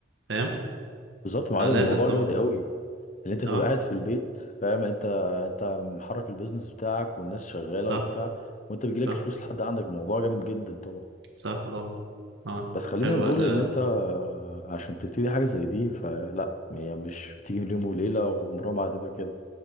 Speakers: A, on the right; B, on the left.
A: فاهم
B: بالظبط يا معلم
A: فلازم
B: الموضوع
A: طبعا
B: جامد قوي اللي انت
A: اه
B: تبقى قاعد في البيت فاهم انت انت محرك البيزنس بتاعك والناس شغاله
A: صح
B: وبتاع وانت بيجيلك
A: صح
B: الفلوس لحد عندك الموضوع جامد جدا طبعا
A: صح طبعا اه
B: بس خلينا
A: حلو
B: نقول
A: ده
B: ان انت عشان تبتدي حاجه زي دي فلا هي مش بتيجي من يوم وليله وعمرها ما هتبقى كده